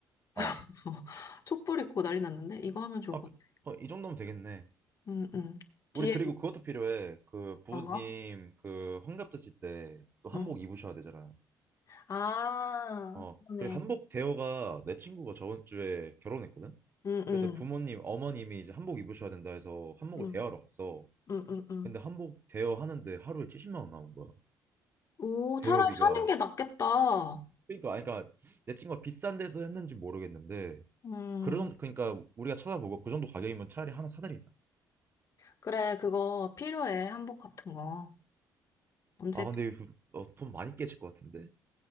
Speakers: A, on the right; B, on the left.
A: 어,
B: <laughs> 촛불 있고 난리 났는데 이거 하면 좋을
A: 아,
B: 것
A: 그,
B: 같아.
A: 어, 이 정도면 되겠네.
B: 음 음. 뒤에
A: 우리 그리고 그것도 필요해. 그 부모님
B: 뭔가?
A: 그 환갑 드실 때 또 한복
B: 음.
A: 입으셔야 되잖아.
B: 아,
A: 어,
B: 그러네.
A: 그리고 한복 대여가 내 친구가 저번 주에 결혼했거든.
B: 응 음.
A: 그래서 부모님 어머님이 이제 한복 입으셔야 된다 해서 한복을
B: 음.
A: 대여하러 갔어.
B: 응, 응, 응.
A: 근데 한복 대여 하는데 하루에 70만 원 나온 거야.
B: 오,
A: 대여비가.
B: 차라리 사는 게 낫겠다.
A: 그러니까 아니 그러니까 내 친구가 비싼 데서 했는지 모르겠는데
B: 음,
A: 그런 그러니까 우리가 찾아보고 그 정도 가격이면 차라리 하나 사드리자.
B: 그래, 그거 필요해. 한복 같은 거. 언제,
A: 아 근데 이거, 어, 돈 많이 깨질 것 같은데.